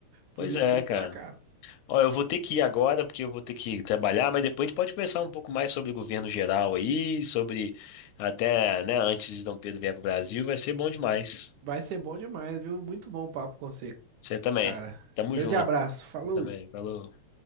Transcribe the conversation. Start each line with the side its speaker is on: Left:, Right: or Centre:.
Right: Por
Left: Pois
Right: isso
Left: é,
Right: que eles
Left: cara.
Right: tacaram.
Left: Ó, eu vou ter que ir agora, porque eu vou ter que trabalhar, mas depois a gente pode conversar um pouco mais sobre o governo geral aí, sobre até, né, antes de Dom Pedro vier para o Brasil, vai ser bom demais.
Right: Vai ser bom demais, viu? Muito bom o papo com você,
Left: Você também.
Right: cara.
Left: Tamo
Right: Grande
Left: junto.
Right: abraço, falou!
Left: Você também. Falou.